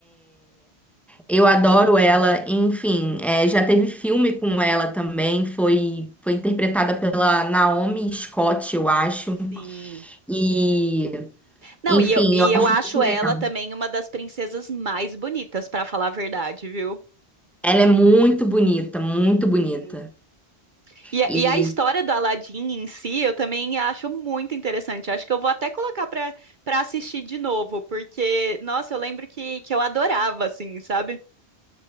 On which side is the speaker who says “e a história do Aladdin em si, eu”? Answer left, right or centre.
Right